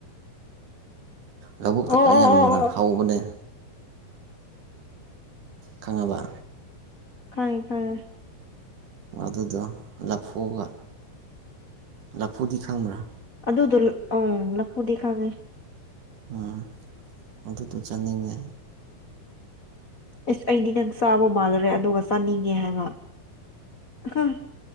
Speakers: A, on the right; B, on the left.
A: ꯂꯧꯕꯨꯛꯇ
B: ꯑꯣ
A: ꯀꯥ
B: ꯑꯣ
A: ꯌꯥꯝꯅ
B: ꯑꯣ ꯑꯣ
A: ꯍꯧꯕꯅꯦ ꯈꯪꯉꯕ
B: ꯈꯪꯉꯦ ꯈꯪꯉꯦ
A: ꯑꯗꯨꯗꯣ ꯂꯐꯨꯒ ꯂꯐꯨꯗꯤ ꯈꯪꯕ꯭ꯔꯥ
B: ꯑꯗꯨꯗꯣ ꯑꯪ ꯂꯐꯨꯗꯤ ꯈꯪꯉꯦ
A: ꯎꯝ ꯑꯗꯨꯗꯣ ꯆꯅꯤꯡꯉꯦ
B: ꯑꯁ ꯑꯩꯗꯤ ꯅꯪ ꯆꯥꯕ ꯃꯥꯜꯂꯨꯔꯦ ꯑꯗꯨꯒ ꯆꯥꯅꯤꯡꯉꯦ ꯍꯥꯏꯕ ꯈꯪ